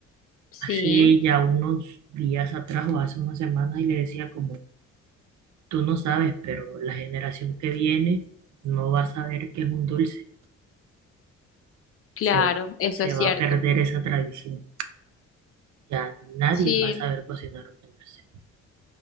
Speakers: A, on the right; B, on the left.
A: hace
B: Sí,
A: ya unos días atrás o hace unas semanas y le decía como, tú no sabes, pero la generación que viene no va a saber qué es un dulce.
B: claro,
A: Se va,
B: eso
A: se
B: es cierto.
A: va a perder esa tradición. Ya nadie
B: Sí,
A: va a saber cocinar un dulce.